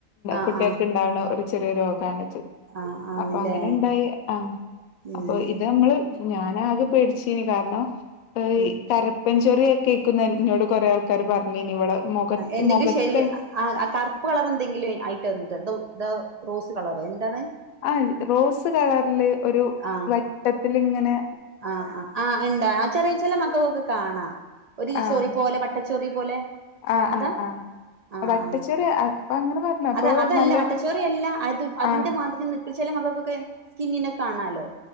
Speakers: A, on the right; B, on the left.
A: ആഹ്
B: കുട്ടിയക്ക്
A: ആഹ്
B: ഇണ്ടാവ്ണ ഒരു ചെറിയ രോഗണത്
A: ആഹ് ആന്നില്ലേ
B: അപ്പൊ അങ്ങനെ ണ്ടായാ ആഹ്
A: ഉം
B: അപ്പൊ ഇത് നമ്മള് ഞാനാക പേടിച്ചീനി കാരണം
A: ഉം
B: കരപ്പൻചൊറിയൊക്കെ ക്കുന്ന ന്നോട് കോറെ ആൾ കാര് പറഞ്ഞീനിഇവളെ മുഖത്ത്മുഖത്ത്
A: എന്തെങ്കിലും ശരി ആഹ് ആഹ് കറുപ്പ് കളർ എന്തെങ്കിലും ആയിട്ട് വന്നത് എന്തോ തോ റോസ് കളറോ എന്താണ്
B: ആഹ് റോസ് കളറില് ഒരു
A: ആഹ്
B: വട്ടത്തില് ഇങ്ങനെ
A: ആഹ് ആഹ് ആഹ് ഇണ്ടാ ആഹ് ചെറിയ ചെലെ മക്കകൊക്കെ കാണാ ഒരു
B: ആഹ്
A: ചോറി പോലെ വട്ടച്ചോറി പോലെ
B: ആഹ്
A: അതാ
B: ആഹ് ആഹ്
A: ആഹ
B: വട്ടച്ചൊറി
A: ആഹ
B: അപ്പൊ അങ്ങനെ പറഞ്ഞു അപ്പൊ
A: അത അതല്ല
B: നല്ല
A: വട്ടച്ചോറിയല്ല അത് അതിന്റെ
B: ആഹ്
A: മാതിരി നി ചെ ല മകൾക്കൊക്കെ സ്കിന്നിന് കാണാലോ